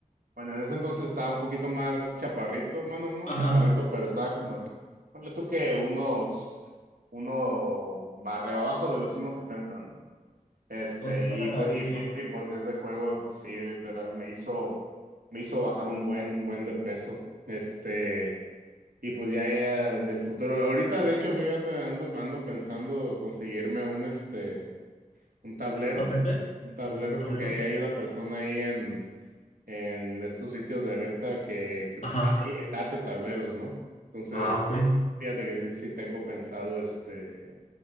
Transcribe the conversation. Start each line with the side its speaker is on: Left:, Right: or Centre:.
Right: bueno, en ese entonces estaba un poquito más chaparrito, bueno, no
Left: Ajá.
Right: chaparrito, pero estaba como, en- ponle tú que unos, uno barrio abajo de los uno setenta ¿no? Este,
Left: Entonces estás
Right: y
Left: agradecido.
Right: pues, y, y- y, pues ese juego, pues sí, literal, me hizo, me hizo bajar un buen, un buen de peso. Este, y pues ya, ya en el futuro, ahorita de hecho, fíjate, ando, ando pensando conseguirme un, este, un tablero,
Left: ¿Tapete?
Right: un tablero,
Left: ¿O un tablero?
Right: porque hay, hay una persona ahí en, en estos sitios de venta que, que pues,
Left: Ajá.
Right: ah, él hace tableros, ¿no? Entonces,
Left: Ah, ok.
Right: fíjate que sí, sí tengo pensado, este